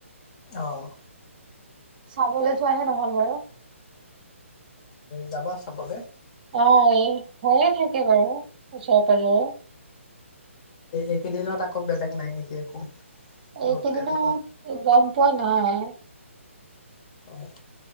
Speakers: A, on the left; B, on the right.
A: অহঁ
B: চাবলৈ যোৱাহে নহল মোৰ
A: যাবা চাবলে
B: অ এই হৈয়ে থাকে বাৰু উচত-পাজৰ
A: এইকেইদিনত আকৌ বেলেগ নাই নেকি একো অলপ
B: এইকেইদিনত
A: তেনেকুৱা
B: গম পোৱা নাই
A: হয়